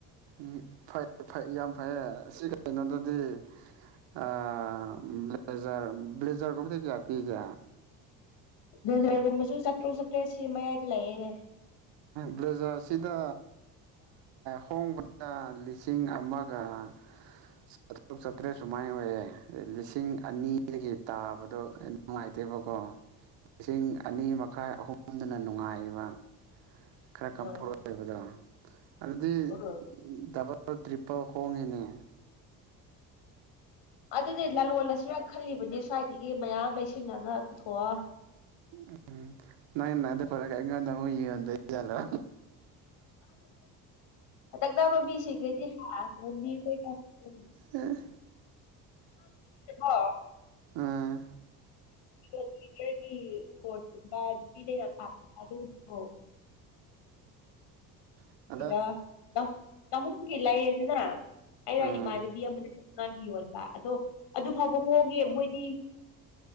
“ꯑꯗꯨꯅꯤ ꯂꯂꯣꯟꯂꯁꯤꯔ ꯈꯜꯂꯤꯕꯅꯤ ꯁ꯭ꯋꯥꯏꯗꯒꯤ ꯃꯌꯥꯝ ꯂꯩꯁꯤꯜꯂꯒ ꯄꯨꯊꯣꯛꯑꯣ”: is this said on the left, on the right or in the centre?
Left